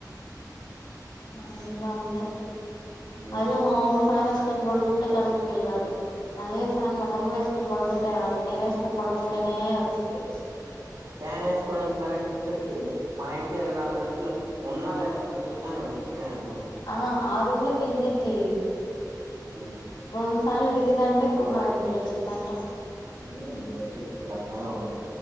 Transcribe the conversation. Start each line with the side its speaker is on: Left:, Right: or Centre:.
Left: మ్మ్ ఇంట్లో ఉంది
Right: ఉమ్
Left: అదే మాములుగా ఫ్యాన్ వేసుకొని పడుకుంటే కరెంట్ బిల్ రాదు అదే ఈ ఫ్యాన్ మా తమ్ముడు వేసుకొని పడుకుం అంటే రాదు నేనేసుకోని పడుకుంటేనే వచ్చిద్ది
Right: ఫ్యాన్ వేసుకోవడానికి కరెంట్ వచ్చింది మా ఇంట్లో ఇరవై నాలుగు గంటలు ఉన్నా, లేకున్నా తిరుగుతానే ఉండిద్ది ఫ్యాన్
Left: ఆ ఆ రూమ్ లో తిరిగిద్ది
Right: హ్మ్మ్
Left: రెండు ఫ్యాన్లు తిరుగుతాంటే ఎక్కువ కరెంటు బిల్ వచ్చిద్దంట
Right: మ్మ్ వచ్చి ఇచ్చుద్దా ఫ్యాను